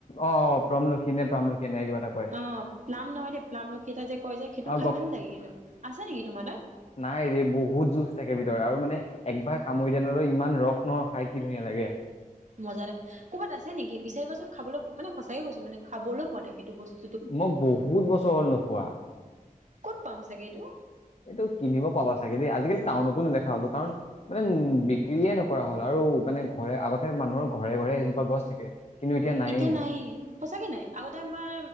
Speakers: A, on the left; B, on the right.
A: অ', প্ৰমলখি নে প্ৰমলখি এনেকে কিবা এটা কয়।
B: অ', প্লাম নহয় দে প্লামলখি এটা যে কয় যে সেইটো
A: অ
B: খাই ভাল লাগে কিন্তু আছে নেকি তোমাৰ তাত?
A: নাইৰে বহুত জোচ থাকে ভিতৰত আৰু মানে একবাৰ কামুৰি দিয়া লগে, লগে ইমান ৰস নহ খাই কি ধুনীয়া লাগে!
B: মজা লাগে, ক'ৰবাত আছে নেকি বিচাৰিবাচোন খাবলৈ, মানে সঁচাকে কৈছোঁ মানে খাবলৈ পোৱা নাই সেইটো বস্তু।
A: মই বহুত বছৰ হ'ল নোখোৱা।
B: ক'ত পাম চাগে এইটো?
A: এইটো কিনিব পাবা চাগে দে, আজিকালি টাউনত নেদেখা হ'লো কাৰণ মানে উম, বিক্ৰীয়ে নকৰা হ'ল আৰু মানে ঘৰে আগতে মানুহৰ ঘৰে, ঘৰে এজোপা গছ থাকে। কিন্তু নায়েই
B: এতিয়া নাইয়ে সঁচাকে নাই। আগতে আমাৰ